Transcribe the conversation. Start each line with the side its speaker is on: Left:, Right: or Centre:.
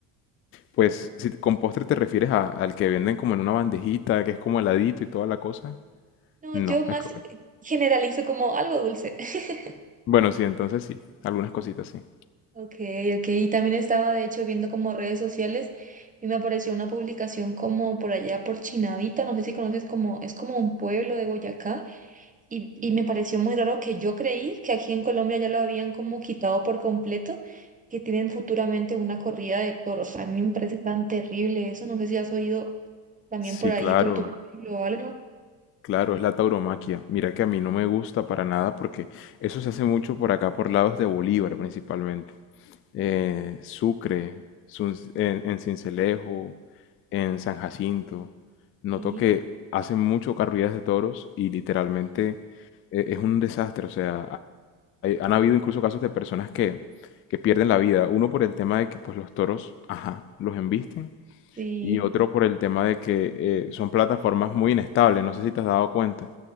Left: Pues si te- con postre te refieres a- al que venden como en una bandejita, que es como heladito y toda la cosa.
Right: No,
Left: No,
Right: yo más
Left: es... co-
Right: eh, generalizo como algo dulce. <laughs>
Left: Bueno, sí, entonces sí, algunas cositas sí.
Right: Ok, ok, y también estaba de hecho viendo como redes sociales y me apareció una publicación como por allá por Chinavita, no sé si conoces como, es como un pueblo de Boyacá. Y, y me pareció muy raro que yo creí que aquí en Colombia ya lo habían como quitado por completo, que tienen futuramente una corrida de toros. A mí me parece tan terrible eso. No sé si has oído también
Left: Sí,
Right: por ahí,
Left: claro,
Right: por tu pueblo o algo.
Left: claro, es la tauromaquia. Mira que a mí no me gusta para nada porque eso se hace mucho por acá, por lados de Bolívar principalmente. eh, Sucre, Sun- en, en Cincelejo, en San Jacinto. Noto
Right: Sí,
Left: que hacen mucho corridas de toros y literalmente eh, es un desastre. O sea, ha- hay- han habido incluso casos de personas que, que pierden la vida. Uno por el tema de que pues los toros, ajá, los embisten
Right: sí,
Left: y otro por el tema de que eh, son plataformas muy inestables, no sé si te has dado cuenta.